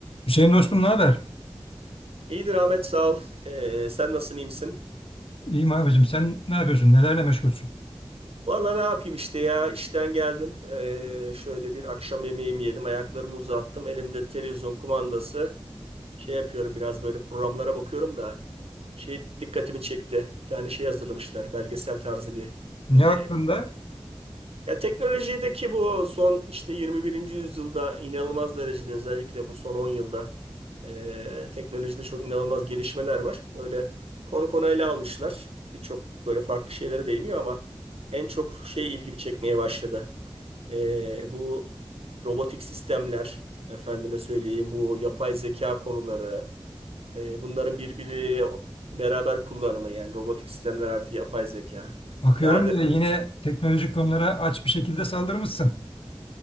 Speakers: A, on the left; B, on the right.
A: Hüseyin dostum ne haber?
B: İyidir Ahmet sağ ol. Ee, sen nasılsın iyi misin?
A: İyiyim abicim. Sen ne yapıyorsun? Nelerle meşgulsün?
B: Valla ne yapayım işte ya işten geldim. Ee, şöyle bir akşam yemeğimi yedim. Ayaklarımı uzattım. Elimde televizyon kumandası. Şey yapıyorum biraz böyle programlara bakıyorum da. Şey dikkatimi çekti. Bir tane şey hazırlamışlar. Belgesel tarzı bir
A: Ne
B: e,
A: hakkında?
B: Ya teknolojideki bu son işte 21. yüzyılda inanılmaz derecede özellikle bu son 10 yılda e, teknolojide çok inanılmaz gelişmeler var. Böyle konu konu ele almışlar. Birçok böyle farklı şeylere değiniyor ama en çok şey ilgimi çekmeye başladı. E, bu robotik sistemler, efendime söyleyeyim bu yapay zeka konuları, e, bunların birbiriyle beraber kullanımı yani robotik sistemler artı yapay zeka.
A: Bakıyorum
B: Ya da
A: da yine teknolojik konulara aç bir şekilde saldırmışsın.